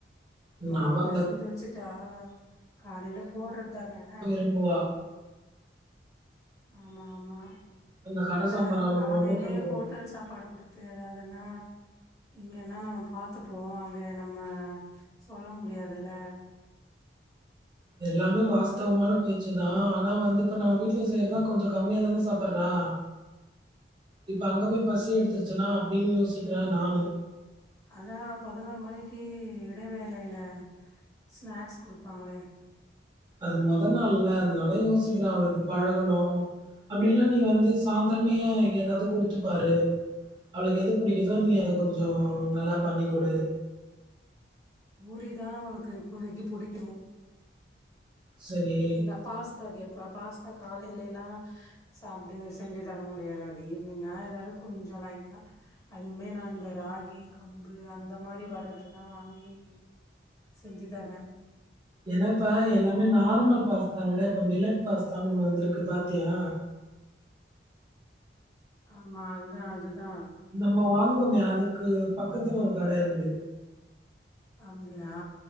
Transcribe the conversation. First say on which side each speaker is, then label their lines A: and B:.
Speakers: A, on the right; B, on the left.
A: ம்
B: மாவு
A: அவ அந்த
B: பெசஞ்சி வெச்சுட்டா காலையில போட்றது தான
A: ம்போவா
B: ஆமா ஆமா
A: அந்த கடை
B: இல்ல
A: சாம்பார் அவளுக்கு
B: காலையிலயே
A: ரொம்ப பிடிக்கும்.
B: ஹோட்டல் சாப்பாடு குடுத் து யதாதுன்னா இங்கனா நம்ம பாத்துப்போ அங்க நம்ம சொல்ல முடியாதல்ல
A: எல்லாமே வாஸ்தவமான பேச்சு தா ஆனா வந்து இப்ப நம்ம வீட்ல செய்யறத கொஞ்சோ கம்மியா தான சாப்பற்றா இப்போ அங்க போய் பசி எடுத்துருச்சுன்னா அப்டின்னு யோசிக்கிற நானு
B: ஆனா பதினோரு மணிக்கி இடைவேளையில ஸ்நாக்ஸ் குடுப்பாங்களே
A: அது முதல் நாள்ல அதனால யோசிக்கறா அவளுக்கு பழகணு அப்டில்லா நீ வந்து சாந்தரமே ஏதாவது குடுத்துப்பாரு அவளுக்கு எது புடிக்குதோ நீ அத கொஞ்சோ நல்லா பண்ணி குடு
B: பூரி தா அவனுக்கு இப்போதைக்கி புடிக்கோ
A: சரி
B: இல்ல பாஸ்தா கேட்போ பாஸ்தா காலையிலல்லா சாப்டே செஞ்சி தர முடியாது அது ஈவி்னிங்கா ஏதாவது கொஞ்சோ லைட்டா அதுவுமே நான் இந்த ராகி கம்பு அந்த மாரி வர்றதுலதா வாங்கி செஞ்சி தரே
A: ஏன்னாப்ப எல்லாமே நார்மல் பாஸ்தா விட இப்ப மிலட் பாஸ்தான்னு ஒண்ணு வந்துருக்கு பாத்தியா
B: ஆமா அதுதா அதுதா
A: நம்ம வாங்கோமே அதுக்கு பக்கத்துல ஒரு கட இருக்கு
B: அங்கயா